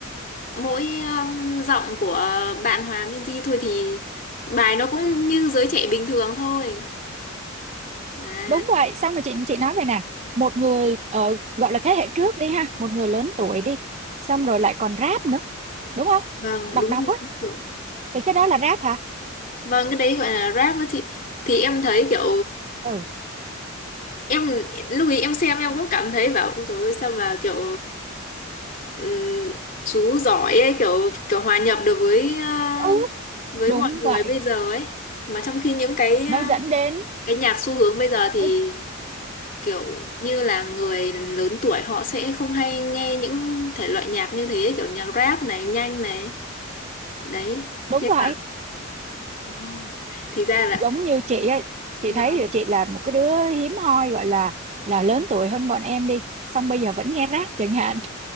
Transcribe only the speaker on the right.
đúng vậy xong rồi chị chị nói vậy nè một người ờ, gọi là thế hệ trước đi ha một người lớn tuổi đi xong rồi lại còn rap nữa đúng không
đọc
đọc
á
thì cái đó là rap hả
ừ
ừ
đúng
vậy
nó dẫn đến
nó,
đúng
vậy
giống như chị ấy chị
thấy là chị là một cái đứa hiếm hoi gọi là là lớn tuổi hơn bọn em đi xong bây giờ vẫn nghe rap chẳng hạn